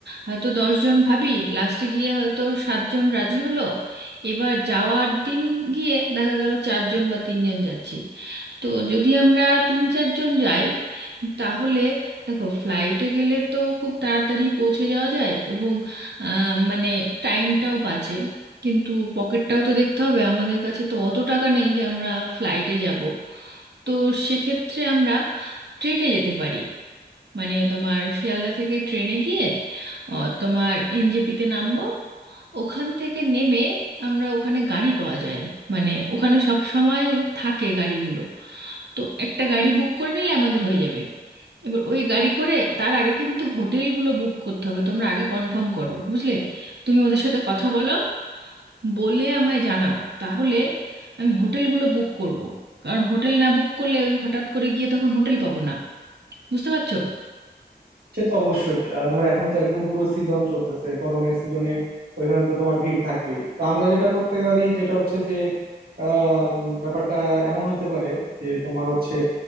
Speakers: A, on the right; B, on the right.
A: হয়তো দশজন ভাবি লাস্টে গিয়ে হয়তো সাতজন রাজি হলো এবার যাওয়ার দিন গিয়ে দেখা গেল চারজন বা তিনজন যাচ্ছি তো যদি আমরা তিন চারজন যাই তাহলে দেখো ফ্লাইটে গেলে তো খুব তাড়াতাড়ি পৌঁছে যাওয়া যায় এবং আহ, মানে টাইমটাও বাঁচে কিন্তু পকেটটাও তো দেখতে হবে আমাদের কাছে তো অত টাকা নেই যে আমরা ফ্লাইটে যাব তো সেক্ষেত্রে আমরা ট্রেনে যেতে পারি মানে তোমার শিয়ালদা থেকে ট্রেনে গিয়ে আহ, তোমার এনজেপিতে নামবো ওখান থেকে নেমে আমরা ওখানে গাড়ি পাওয়া যায় মানে ওখানে সব সময় থাকে গাড়িগুলো তো একটা গাড়ি বুক করে নিলে আমাদের হয়ে যাবে এবার ওই গাড়ি করে তার আগে কিন্তু হোটেলগুলো বুক করতে হবে তোমরা আগে কনফার্ম করো বুঝলে তুমি ওদের সাথে কথা বলো বলে আমায় জানাও তাহলে আমি হোটেলগুলো বুক করব কারণ হোটেল না বুক করলে ওই হঠাৎ করে গিয়ে তখন হোটেল পাবো না বুঝতে পারছো
B: সে তো অবশ্যই আহ, ধরো এখন তো একদম পুরো সিজন চলতেছে গরমের সিজনে ওইখানে তো তোমার ভিড় থাকবেই তো আমরা যেটা করতে পারি যেটা হচ্ছে যে আম, ব্যাপারটা এমন হইতে পারে যে তোমার হচ্ছে